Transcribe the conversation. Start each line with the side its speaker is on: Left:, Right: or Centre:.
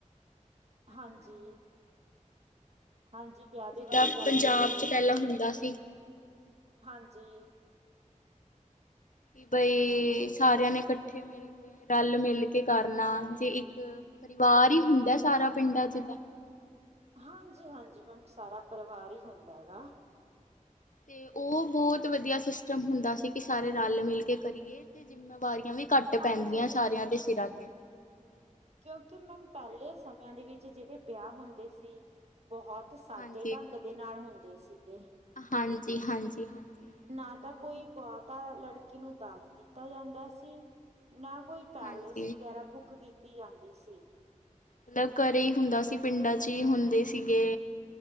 Right: ਹਾਂਜੀ ਹਾਂਜੀ ਵਿਆਹ ਦੇ
Left: ਜਿੱਦਾਂ
Right: ਬਾਰੇ ਗੱਲ
Left: ਪੰਜਾਬ
Right: ਕਰੋ
Left: 'ਚ ਪੈਲਾਂ ਹੁੰਦਾ ਸੀ।
Right: ਹਾਂਜੀ
Left: ਕਿ ਬਈ
Right: ਕਿਉਂਕਿ
Left: ਸਾਰਿਆਂ ਨੇ ਕੱਠੇ ਮਿਲ ਕੇ ਰਲ ਮਿਲ ਕੇ ਕਰਨਾ ਜੀ ਇੱਕ ਪਰਿਵਾਰ ਹੀ ਹੁੰਦਾ ਸਾਰਾ ਪਿੰਡਾਂ 'ਚ ਦਾ
Right: ਹਾਂਜੀ-ਹਾਂਜੀ ਮੈਮ ਸਾਰਾ ਪਰਿਵਾਰ ਹੀ ਹੁੰਦਾ ਹੈਗਾ।
Left: ਤੇ ਓ ਬੋਤ ਵਧੀਆ ਸਿਸਟਮ ਹੁੰਦਾ ਸੀ ਕਿ ਸਾਰੇ ਰਲ ਮਿਲ ਕੇ ਕਰੀਏ ਤੇ ਜਿੰਮੇਵਾਰੀਆਂ ਵੀ ਘੱਟ
Right: ਹਾਂਜੀ
Left: ਪੈਂਦੀਆਂ ਸਾਰਿਆਂ ਦੇ ਸਿਰਾਂ ਤੇ
Right: ਕਿਉਂਕਿ ਮੈਮ ਪੈਲੇ ਸਮਿਆਂ ਦੇ ਵਿੱਚ ਜੇੜੇ ਵਿਆਹ ਹੁੰਦੇ ਸੀ ਬਹੁਤ ਸਾਦੇ
Left: ਹਾਂਜੀ।
Right: ਢੰਗ ਦੇ ਨਾਲ ਹੁੰਦੇ ਸੀਗੇ।
Left: ਹਾਂਜੀ-ਹਾਂਜੀ-ਹਾਂਜੀ
Right: ਨਾ ਤਾਂ ਕੋਈ ਬੋਤਾ ਲੜਕੀ ਨੂੰ ਦਾਜ ਦਿੱਤਾ ਜਾਂਦਾ ਸੀ ਨਾ ਕੋਈ ਪੈਲੇਸ
Left: ਹਾਂਜੀ ਹਾਂਜੀ
Right: ਵਗੈਰਾ ਬੁੱਕ ਕੀਤੀ ਜਾਂਦੀ ਸੀ।
Left: ਮਤਲਬ ਘਰੇ ਹੀ ਹੁੰਦਾ ਸੀ ਪਿੰਡਾਂ 'ਚ ਹੀ ਹੁੰਦੇ ਸੀਗੇ।